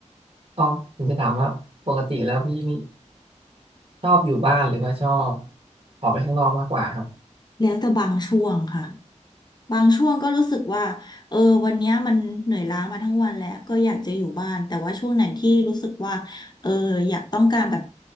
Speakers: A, on the right (about 45°); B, on the left (about 35°).
A: อ๋อผมจะถามว่าปกติแล้วพี่มี ชอบอยู่บ้านหรือว่าชอบออกไปข้างนอกมากกว่าครับ
B: แล้วแต่บางช่วงค่ะ บางช่วงก็รู้สึกว่า เออวันเนี้ยมันเหนื่อยล้ามาทั้งวันแล้วก็อยากจะอยู่บ้าน แต่ว่าช่วงไหนที่รู้สึกว่า เอออยากต้องการแบบ